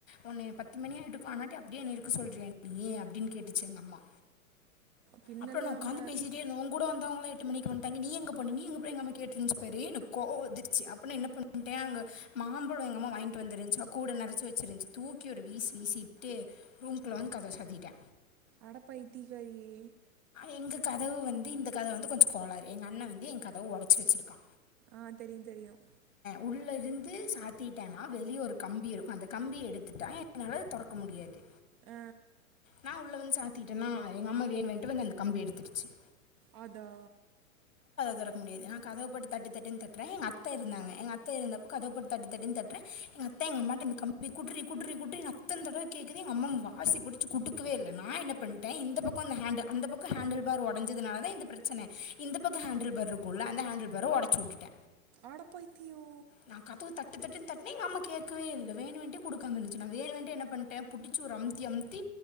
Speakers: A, on the left (about 70°); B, on the right (about 20°).
A: ஒன்னய பத்து மணி ஆயிட்டு கானாட்டி அப்படியே என்ய இருக்க சொல்ரியா நீ அப்படின்னு கேட்டுச்சு எங்க அம்மா
B: பின்னல்லாம
A: அப்ரோ நா உட்கந்து பேசிட்டே இருந்த உங் கூட வந் தவங்கள எட்டு மணிக்கு வன்டாங்க நீ எங்க போன நீ எங்க போனன்னு எங்க அம்மா கேட்டுருச்சு பாரு எனக் கோவோ வந்துடுச்சு அப்போ நான் என்ன பண்ட்ட அங்க மாம்பழம் எங்கம்மா வாங்கிட்டு வந்துருந்துச்சா கூட நரச்சி வச்சிருச்சு தூக்கி ஒரு வீசு வீசிட்டு ரூம் கலான் கதவ சாத்திட்ட
B: அடப் பயித்திய காரியே
A: எங்க கதவு வந்து இந்த கதவு வந்து கொஞ்சோ கோளாறு எங்க அண்ணன் வந்து எங்க கதவ உடச்சு வச்சிருக்கா
B: ஆ தெரியு தெரியும்
A: உள்ளே இருந்து சாத்திட்டேன்னா வெளிய ஒரு கம்பி இருக்கும் அந்த கம்பிய எடுத்துட்டா என்னால தொறக்க முடியாது
B: ஆ
A: நா உள்ள வந்து சாத்திட்டன்னா எங்க அம்மா வேனு வேனுன்ட்டு வந்து அந்த கம்பிய எடுத்துடுச்சு
B: அதா
A: திறக்க முடியாது என கதப்பட்டு தட்டத்தட்டுன் தட்டுறே எங்க அத்த இருந்தாங்க எங்க அத்த இருந்த கதப்பட்டு தட்டு தட்டுனு தட்ர எங்க அத் தா எங்க அம்மாட்ட இந்த கம்பி குடுரி குடுரி குடுரினு அத்தனா தடவ கேக்குது எங்க அம்மா வாசி புடிச்சு குட்டுக்கவே இல்ல நா என்ன பண்ட்ட இந்த பக்கம் அந்த ஹேண்ட் அந்த பக்கம் ஹேண்டில் பார் உடஞ்சதுனால தா இந்த பிரச்சனை இந்த பக்க ஹேண்டில் பார் இருக்குல அந்த ஹேண்டில் பார உடச்சி உட்டுட்ட
B: அட பைத்தியோ
A: நா கதவு தட்டு தட்டுனு தட்ன எங்க கே்கவே இல்ல வேணு வேணுன்டே கொடுக்காம இருந்துச்சு நா வேணு வேணுன்டே பண்ணிட்ட புச்சு ஒரு அம்த்தி அம்த்தி